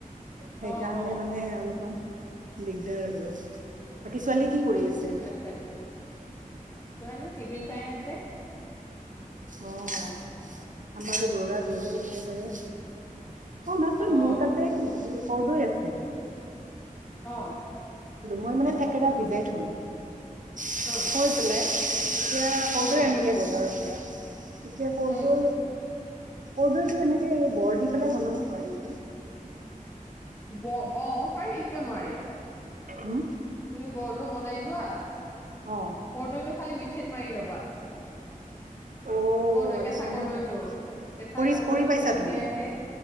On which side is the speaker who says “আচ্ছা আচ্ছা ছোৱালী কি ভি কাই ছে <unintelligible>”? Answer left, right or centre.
Left